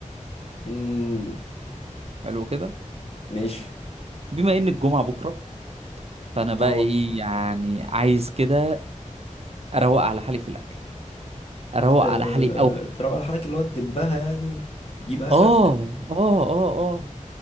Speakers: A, on the left (about 50°); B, on the right (about 50°).
A: امم
B: حلو كده
A: ماشي
B: بما ان الجمعة بكرة فانا بقى
A: اه
B: ايه يعني عايز كده اروق على حالي في الاكل اروق
A: آه،
B: على حالي قوي
A: تروق على حالك اللي هو تدبها يعني تجيب اخرك
B: اه اه اه اه